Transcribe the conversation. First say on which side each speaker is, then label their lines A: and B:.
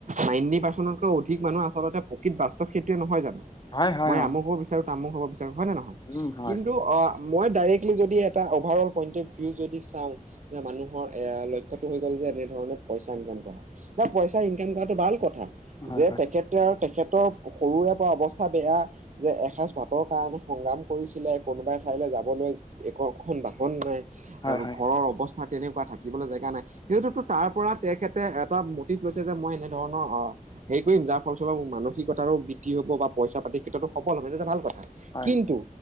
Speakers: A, on the right; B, on the left.
A: নাইনটি পাৰ্চেন্টতকৈ অধিক মানুহ আচলতে প্ৰকৃত বাস্তৱ সেইটোয়ে নহয় জানো
B: হয় হয়
A: মই
B: হয় অ
A: আমুক হ'ব বিচাৰো তামুক হ'ব বিচাৰো হয় নে নহয়
B: উম হয়
A: কিন্তু অ মই ডাইৰেক্টলি যদি এটা অভাৰল পইন্ট অফ ভিউ যদি চাও যে মানুহৰ এ লক্ষ্যতো হৈ গ'ল যে এনেধৰণে পইচা ইনকাম কৰা যে পইচা ইনকাম কৰাটো ভাল কথা
B: হয়
A: যে
B: হয়
A: তেখেতে আৰু তেখেতৰ সৰুৰে পৰা অৱস্থা বেয়া যে এসাঁজ ভাতৰ কাৰণে সংগ্ৰাম কৰিছো কোনোবাই ঠাইলৈ যাবলৈ এখন বাহন নাই
B: হয়
A: আৰু
B: হয়
A: ঘৰৰ অৱস্থা তেনেকুৱা থাকিবলৈ জেগা নাই। সেইটোতো তাৰ পৰা তেখেতে এটা মটিভ লৈছে যে মই এনেধৰণৰ আহ হেৰি কৰিম যাৰ ফলস্বৰূপে মানসিকতাৰো বৃদ্ধি হ'ব বা পইচা পাতি ক্ষেত্ৰতো সবল হ'য় সেইটোতো এটা ভাল কথা।
B: হয়
A: কিন্তু